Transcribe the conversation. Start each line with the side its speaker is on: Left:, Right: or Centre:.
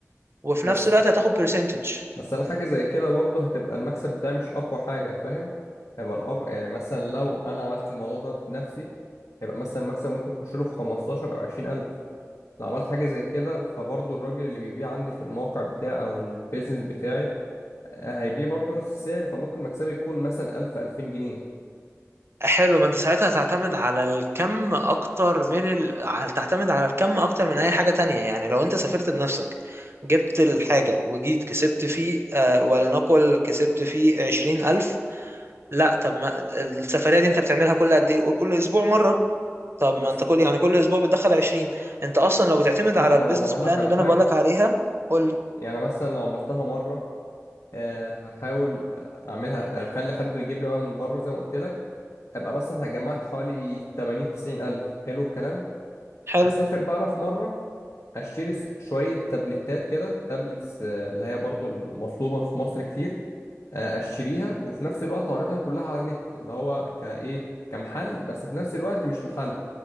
Right: وفي
Left: بس
Right: نفس الوقت هتاخد برسنتج
Left: بس انا حاجه زي كده برضه هتبقى المكسب بتاعي مش اقوى حاجه فاهم هيبقى الأقوى يعني مثلا لو انا عملت الموضوع ده بنفسي هيبقى مثلا المكسب ممكن يخش له في 15 او 20 الف لو عملت حاجه زي كده فبرضه الراجل اللي بيبيع عندي في الموقع بتاعي او البيزنس بتاعي هيبيع برضه نفس السعر فممكن مكسبي يكون مثلا 1000 2000 جنيه
Right: حلو ما انت ساعتها تعتمد على الكم اكتر من ال... على- تعتمد على الكم اكتر من اي حاجة تانية يعني لو انت سافرت بنفسك جبت الحاجة وجيت كسبت فيه آه ولنقل كسبت فيه عشرين الف لا طب ما السفرية دي انت بتعملها كل قد ايه قول كل اسبوع مرة طب
Left: مثلا
Right: ما انت كل يعني كل اسبوع بتدخل عشرين انت اصلا لو بتعتمد
Left: لا
Right: على
Left: ما
Right: البيزنس
Left: انا هقول
Right: بلان
Left: لك على
Right: اللي
Left: حاجه
Right: انا بقولك عليها قول لي
Left: يعني مثلا لو عملتها مره آه، هحاول اعملها اخلي حد يجيب لي بقى من بره زي ما قلت لك ابقى مثلا جمعت حوالي 80 90 الف حلو الكلام
Right: حلو
Left: اسافر بقى انا في مره اشتري س- شويه تابلتات كده تابلتس آه، اللي هي برضو المطلوبه في مصر كتير آه، اشتريها وفي نفس الوقت اعرضها كلها على النت اللي هو كايه كمحل بس في نفس الوقت مش محل